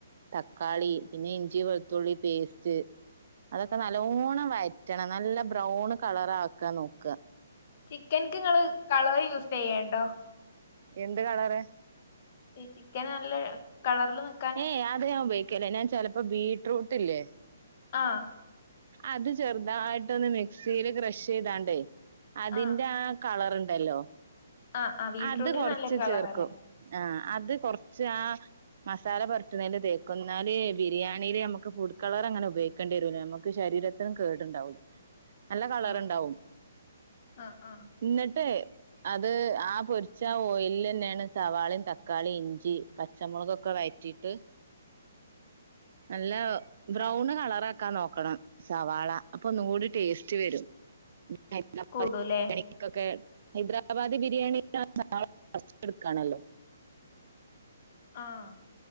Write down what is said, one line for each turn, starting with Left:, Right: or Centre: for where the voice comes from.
Right: തക്കാളി പിന്നെ ഇഞ്ചി, വെളുത്തുള്ളി പേസ്റ്റ് അതൊക്കെ നല്ലോണ്ണം വഴറ്റണം നല്ല ബ്രൗൺ കളറാക്കാ നോക്ക.
Left: ചിക്കൻക്ക് ങ്ങള് കളറ് യൂസെയ്യേണ്ടോ?
Right: എന്ത് കളറ്?
Left: ഈ ചിക്കന് നല്ല കളറ്ല് നി
Right: ഏയ് അത് ഞാൻ ഉപയോഗിക്കേല്ല ഞാ ചെലപ്പോ ബീറ്റ്റൂട്ട്ല്ലേ
Left: ആഹ്
Right: അത് ചെർതായിട്ടൊന്ന് മിക്സില് ക്രഷെയ്താണ്ടേ അതിന്റെ
Left: ആഹ്
Right: ആ കളറ്ണ്ടല്ലോ
Left: ആഹ് ആഹ് ബീറ്റ്റൂട്ടിന്
Right: അത് കൊർച്ച്
Left: നല്ലൊരു കളറല്ലേ
Right: ചേർക്കും. ആഹ് അത് കൊറച്ച് ആ മസാല പൊരട്ട്ണേല് തേക്കും ന്നാല് ബിരിയാണിയില് അമ്മക്ക് ഫുഡ് കളറങ്ങനെ ഉപയോഗിക്കേണ്ട്യെരൂല്ല അമ്മ ക്ക് ശരീരത്തിനും കേട്ണ്ടാവൂല്ല നല്ല കളറ്ണ്ടാവും
Left: ആഹ് ആഹ് ആഹ്
Right: ന്നട്ടേ അത് ആ പൊര്ച്ച ഓയൽലെന്നെണ് സവാളിം തക്കാളി, ഇഞ്ചി പച്ചമൊളകൊക്കെ വയറ്റിട്ട്
Left: <inaudible>
Right: നല്ല ബ്രൗണ് കളറാക്കാൻ നോക്കണം. സവാള അപ്പൊന്നും കൂടി ടേസ്റ്റ് വെരും <unintelligible>
Left: കൂടുല്ലേ
Right: ക്കൊക്കെ ഹൈദരാബാദ് ബിരിയാണി <unintelligible> കൊറച്ച് എട്ക്കാനൊള്ളു
Left: ആഹ്